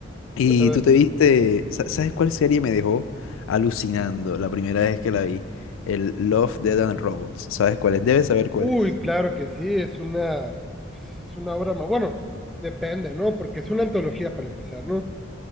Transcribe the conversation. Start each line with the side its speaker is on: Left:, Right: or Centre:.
Left: Y
Centre: Pues a ver,
Left: tú te viste, sa- ¿sabes cuál serie me dejó alucinando la primera vez que la vi? El Love, Death and Robots. ¿Sabes cuál es? Debes saber cuál
Centre: uy,
Left: es.
Centre: claro que sí, es una, es una obra más. Bueno, depende, ¿no? Porque es una antología para empezar, ¿no?